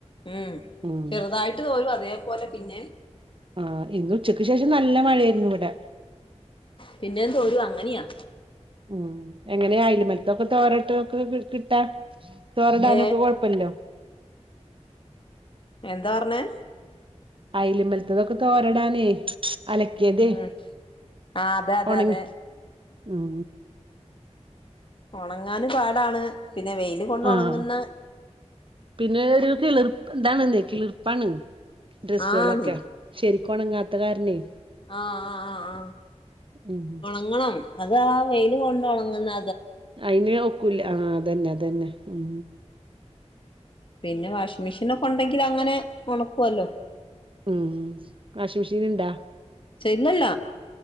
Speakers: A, on the left (about 45°); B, on the right (about 45°).
A: ഉം
B: ഉം
A: ചെറുതായിട്ട് തോരും അതേപോലെ പിന്നേം
B: ആഹ് ഇന്നുച്ചക്ക് ശേഷം നല്ല മഴയായിരുന്നു ഇവിടെ
A: പിന്നെ തോരും അങ്ങനെയാ
B: ഉം എങ്ങനെയാ അയല് മലത്തൊക്കെ തോരോട്ടൊക്കെ കിട്ടാ തോരടാനൊക്കെ
A: ഏ
B: കൊഴപ്പല്ലല്ലോ
A: എന്താ പറഞ്ഞെ
B: അയലമലത്തതൊക്കെ തോരടാനേ അലക്കിയതെ
A: ഉം ആ അതെ അതെ
B: ഉണങ്ങി
A: അതെ
B: ഉം
A: ഉണങ്ങാന് പാടാണ് പിന്നെ വെയില് കൊണ്ട്
B: ആഹ്
A: ഒണങ്ങുന്ന
B: പിന്നെ ഒരു കിളിർപ്പ ന്താണ് ന്നെ കിളിർപ്പാണ് ഡ്രസ്സുകളൊക്കെ
A: ആന്ന്
B: ശരിക്കുണങ്ങാത്ത കാരനേ
A: ആ ആ ആ ആ
B: ഉം
A: ഒണങ്ങണം അത് ആ വെൽ കൊണ്ട് ഉണങ്ങുന്ന
B: അയിന് ഒക്കൂല ആ അതന്നെ അതന്നെ ഉം
A: പിന്നെ വാഷിംങ് മെഷീൻ ഒക്കെ ഉണ്ടെങ്കിൽ അങ്ങനെ ഉണക്കുവല്ലോ
B: ഉം വാഷിംഗ് മിഷീൻ ഇണ്ടാ
A: തന്നല്ല